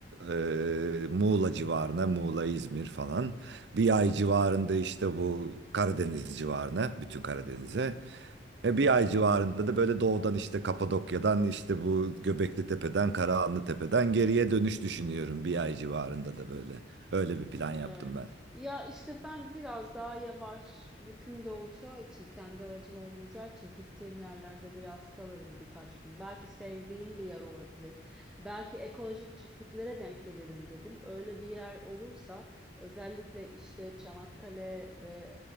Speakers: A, on the right; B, in the centre.
A: e, Muğla civarına, Muğla, İzmir falan. Bir ay civarında işte bu Karadeniz civarına, bütün Karadeniz'e.
B: Hmm.
A: E, bir ay civarında da böyle doğudan işte Kapadokya'dan işte bu Göbekli Tepe'den Karahanlı Tepe'den geriye dönüş düşünüyorum bir ay civarında da böyle. Öyle bir plan yaptım
B: Evet.
A: ben.
B: Ya işte ben biraz daha yavaş yüküm de olacağı için kendi aracım olmayacağı için gittiğim yerlerde biraz kalırım birkaç gün. Belki sevdiğim bir yer olabilir. Belki ekolojik çiftliklere denk gelirim dedim. Öyle bir yer olursa özellikle işte Çanakkale ve